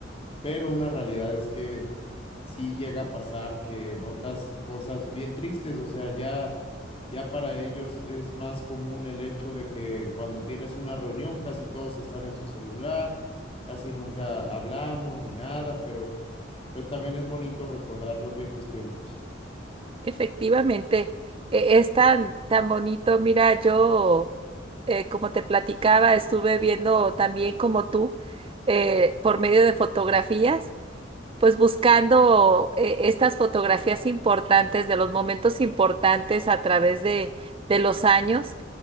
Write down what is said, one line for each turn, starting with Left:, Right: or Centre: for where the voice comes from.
Left: pero una realidad es que sí llega a pasar que notas cosas bien tristes, o sea, ya, ya para ellos es más común el hecho de que cuando tienes una reunión casi todos están en su celular, casi nunca hablamos ni nada, pero pues también es bonito recordar los viejos tiempos.
Right: Efectivamente, e- es tan, tan bonito. Mira, yo, eh, como te platicaba, estuve viendo también como tú, eh, por medio de fotografías pues buscando eh, estas fotografías importantes de los momentos importantes a través de, de los años